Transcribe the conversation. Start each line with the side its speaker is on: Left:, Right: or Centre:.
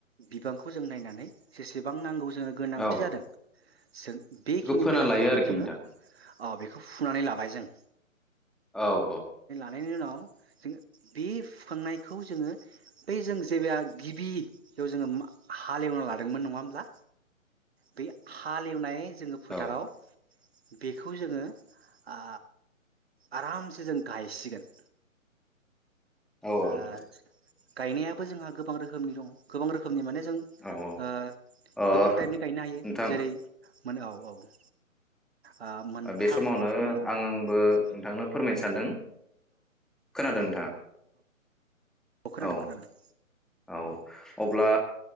Right: बिबांखौ जों नायनानै जेसेबां नांगौ जोंनो गोनांथि
Centre: औ
Right: जादों जों बेखिनि
Centre: बेखौ फोना
Right: गोनांथिखौ
Centre: लायो आरोखि
Right: जोङो
Centre: नोंथां
Right: औ बेखौ फुनानै लाबाय जों
Centre: औ औ
Right: नायनि उनाव जोंङो बे फुखांनायखौ जोङो बै जोङो जेबिया गिबि बेयाव जोङो हालेवना लादोंमोन नङा होमब्ला बे हालेवनाय जोङो फोथाराव
Centre: औ
Right: बेखौ जोङो आ आरामसे जों गायसिगोन
Centre: औ
Right: आह
Centre: औ नोंथां
Right: गायनायाबो जोंहा गोबां रोखोमनि दङ गोबां रोखोमनि माने जों
Centre: औ औ
Right: ओह
Centre: अ
Right: गोबां टाइपनि गायनो हायो
Centre: नोंथां
Right: जेरै मोनो औ औ आ मोनथाम
Centre: ओ बे समावनो
Right: मोनब्रै
Centre: आं आंबो
Right: औ
Centre: नोंथांनो फोरमाय सानदों खोनादों नोंथाङा?
Right: अ खोनादों
Centre: औ
Right: खोनादों।
Centre: औ अब्ला
Right: औ